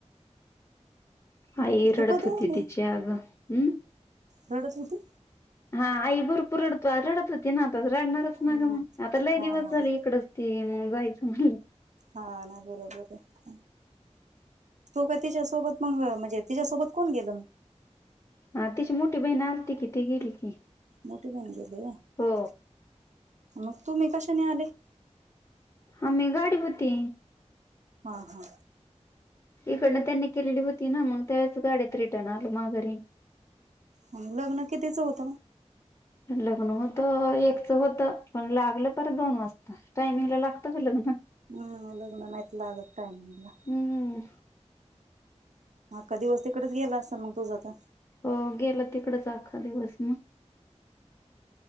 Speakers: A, on the left (about 25°); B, on the right (about 80°).
A: आई
B: तू
A: रडत
B: कधी
A: होती
B: आली
A: तिची अग हम्म.
B: रडत होती.
A: हा आई भरपूर रडतो आ रडत होती ना आताच रडणारच
B: हम्म
A: ना ग मग आता लय
B: हा
A: दिवस
B: हा
A: झाले इकडचं ते मग जायचं म्हण
B: हा ना बरोबर आहे तु का तिच्याच सोबत मग म्हणजे तिच्यासोबत कोण गेलं मग?
A: हा तिची मोठी बहीण आलती कि ती गेली की.
B: मोठे बहीण गेली होय
A: हो
B: मग तुम्ही कशाने आले?
A: आम्ही गाडी होती.
B: हा हा.
A: इकडनं त्यांनी केलेली होती ना मग त्याच गाड्यात रिटर्न आलो माघरी.
B: मग लग्न कितीच होत?
A: लग्न होत एकच होत पण लागलं परत दोन वाजता टायमिंगला लागतं का लग्न?
B: हम्म लग्न नाही लागतं टायमिंगला
A: हम्म
B: मग अखा का दिवस तिकडेच गेला असं मग तुझा
A: हो गेलं तिकडंच आखा दिवस मग